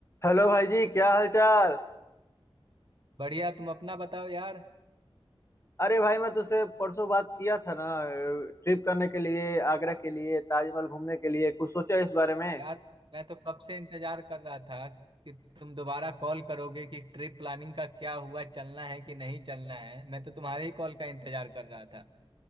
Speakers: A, on the left (about 30°); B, on the right (about 55°).
A: Hello भाई जी क्या हाल चाल
B: बढ़िया तुम अपना बताओ यार
A: अरे भाई मैं तुझसे परसों बात किया था ना ट्रिप करने के लिए आगरा के लिए ताजमहल घूमने के लिए कुछ सोचा इस बारे में
B: यार मैं तो कब से इंतजार कर रहा था कि तुम दोबारा कॉल करोगे कि ट्रिप प्लानिंग का क्या हुआ चलना है कि नहीं चलना है मैं तो तुम्हारे ही कॉल का इंतजार कर रहा था